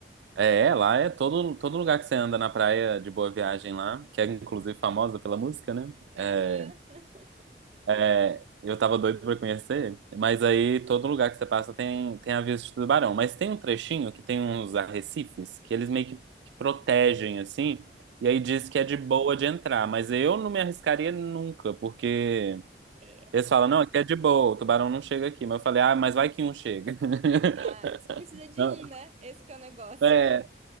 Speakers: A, on the right (about 80°); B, on the right (about 35°).
A: é, lá é todo, todo lugar que você anda na praia de Boa Viagem lá, que é inclusive famosa pela música, né? É,
B: Aham. <laughs>
A: É, eu tava doido pra conhecer, mas aí todo lugar que você passa tem, tem aviso de tubarão. Mas tem um trechinho que tem uns arrecifes que eles meio que protegem, assim, e aí diz que é de boa de entrar. Mas eu não me arriscaria nunca, porque
B: É,
A: eles falam, não, aqui é de boa, o tubarão não chega aqui. Mas eu falei, ah, mas vai que um chega. <laughs>
B: ah, só precisa de
A: Não,
B: um, né? Esse que é o negócio.
A: É,